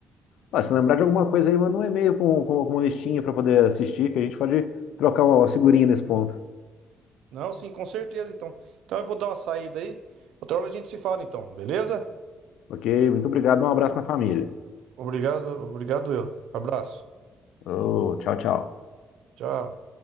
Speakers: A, on the left; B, on the right.
A: Ah, se lembrar de alguma coisa aí, manda um e-mail com, com alguma listinha para poder assistir, que a gente pode trocar uma figurinha nesse ponto.
B: Não, sim, com certeza, então. Então eu vou dar uma saída aí. Outra hora a gente se fala, então, beleza?
A: Ok? Muito obrigado, um abraço na família.
B: Obrigado, obrigado eu. Abraço.
A: Oh, tchau, tchau.
B: Tchau.